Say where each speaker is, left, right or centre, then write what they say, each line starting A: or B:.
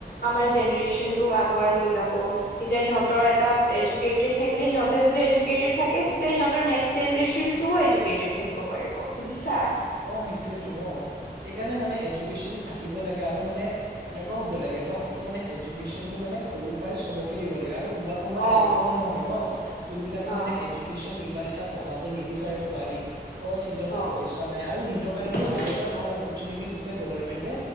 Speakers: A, on the left; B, on the right.
A: আমাৰ জেনেৰেশ্যন টো আগুৱাই লৈ যাব। তেতিয়া সিহঁতৰ এটা এজুকেইটেড থাকিলে সিহঁতে যদি এজুকেইটেড থাকে। তেতিয়া সিহঁতৰ নেক্স জেনেৰেশ্যন টোও এডুকেটেড থাকিব পাৰিব বুজিছা।
B: অ সেইটোয়টো ন সেইকাৰণে মানে এজুকেশচন থাকিব লাগে আৰু মানে এনেকুৱাও হ'ব লাগে। ন কি মানে এডুকেশনটো মানে সৰু। প চবকে দিব লাগে আৰু কোনোবা কোনোবা
A: অ
B: তেনেকুৱা মানুহ হয় ন যোন বিলাকে
A: অ
B: মানে এডুকেশ্যন ইমান এটা। পঢ়াব নিবিচাৰে পোৱালীক সি তাত
A: অ
B: পইচা নাই আৰু সিহত কাৰণেটো
A: উম
B: আৰু এটা ভাল অফুৰ্চেনেটি। দি গভমেন্টে